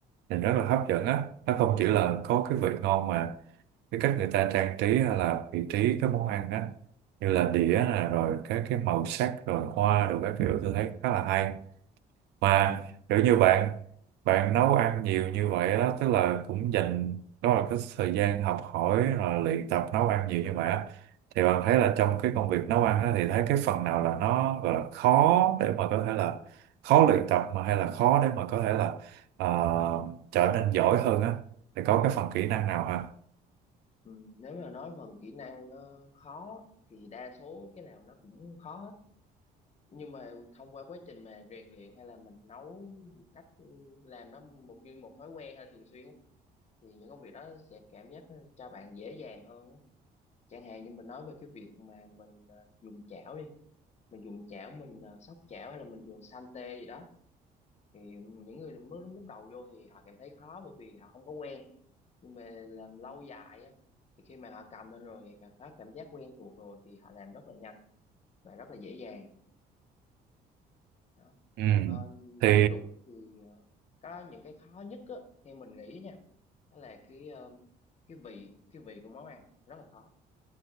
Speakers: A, on the right; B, on the left.
A: nhìn rất là hấp dẫn á nó không chỉ là có cái vị ngon mà cái cách người ta trang trí hay là vị trí cái món ăn á như là đĩa nè rồi các cái màu sắc rồi hoa rồi các kiểu tôi thấy khá là hay mà
B: à.
A: kiểu như bạn bạn nấu ăn nhiều như vậy đó tức là cũng dành đó là cái thời gian học hỏi rồi luyện tập nấu ăn nhiều như vậy á thì bạn thấy là trong cái công việc nấu ăn á thì thấy cái phần nào là nó gọi là khó để mà có thể là khó luyện tập mà hay là khó để mà có thể là ờ, trở nên giỏi hơn á thì có cái phần kỹ năng nào ha
B: Ừ, nếu mà nói phần kỹ năng ờ, khó thì đa số cái nào nó cũng khó hết nhưng mà thông qua quá trình mà rèn luyện hay là mình nấu một cách ừ, làm nó một như một thói quen hay là thường xuyên á, thì những công việc đó sẽ cảm giác nó cho bạn dễ dàng hơn á. chẳng hạn như mình nói về cái việc mà mình ờ, dùng chảo đi mình dùng chảo mình ờ, xóc chảo hay là mình dùng san tê gì đó thì những người mới lúc đầu vô thì họ cảm thấy khó bởi vì họ không có quen nhưng mà làm lâu dài á thì khi mà họ cầm lên rồi thì cả- có cảm giác quen thuộc rồi thì họ làm rất là nhanh và rất là dễ dàng đó
A: Ừ.
B: ờ,
A: Thì
B: nhiều lúc thì ờ, có những cái khó nhất á theo mình nghĩ nha đó là cái ờ, cái vị cái vị của món ăn rất là khó